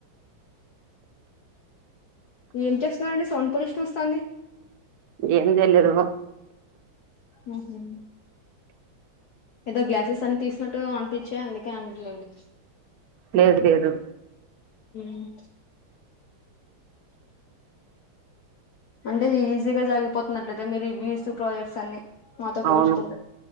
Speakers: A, on the left (about 60°); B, on the right (about 65°).
A: ఏం చేస్తున్నారండి సౌండ్ పొల్యూషన్ వస్తానది
B: ఏం తెలిదు
A: ఉ మ్ ఏదో గ్లాసెస్ అన్ని తీసినట్టు అనిపించా అందుక్ క్యాండి లెండి
B: లేదు లేదు
A: మ్ అంటే ఈజీగా జరిగిపోతున్నట్లయితే మీరు వ్యూస్ ప్రాజెక్ట్స్ అన్ని మాతో పోల్చుకుంటే
B: అవును